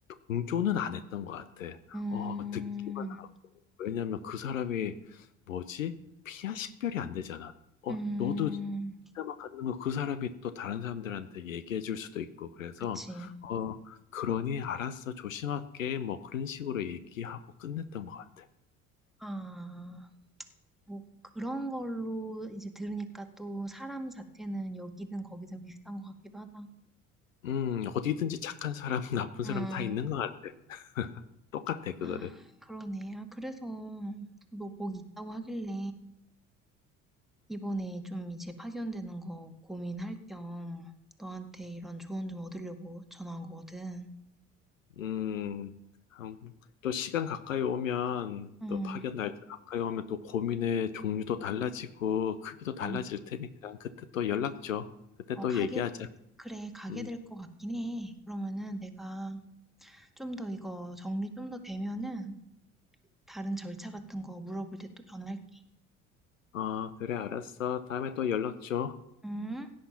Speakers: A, on the left; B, in the centre.
A: 동조는 안 했던 것 같아.
B: 음,
A: 어, 듣기만 하고. 왜냐면 그 사람이 뭐지? 피야 식별이 안 되잖아. 어,
B: 음,
A: 너도 뒷담화 갖는 거 그 사람이 또 다른 사람들한테 얘기해 줄 수도 있고 그래서
B: 그치.
A: 어, 그러니 알았어. 조심할게. 뭐 그런 식으로 얘기하고 끝냈던 것 같아.
B: 아, 뭐 그런 걸로 이제 들으니까 또 사람 자체는 여기든 거기든 비슷한 것 같기도 하다.
A: 음, 어디든지 착한 사람, <laughs> 나쁜
B: 음,
A: 사람 다 있는 것 같아. 똑같아,
B: 아,
A: 그거는.
B: 그러네. 아, 그래서 너 거기 있다고 하길래 이번에 좀 이제 파견되는 거 고민할 겸 너한테 이런 조언 좀 얻으려고 전화한 거거든.
A: 음, 한- 또 시간 가까이 오면,
B: 응,
A: 또 파견 음. 날짜 가까이 오면 또 고민의 종류도 달라지고, 크기도 달라질
B: 응.
A: 테니까, 그때 또 연락 줘. 그때
B: 어,
A: 또
B: 가게,
A: 얘기하자.
B: 그래, 가게
A: 음,
B: 될 것 같긴 해. 그러면은 내가 좀 더 이거 정리 좀 더 되면은 다른 절차 같은 거 물어볼 때 또 전화할게.
A: 어, 그래, 알았어. 다음에 또 연락 줘.
B: 응.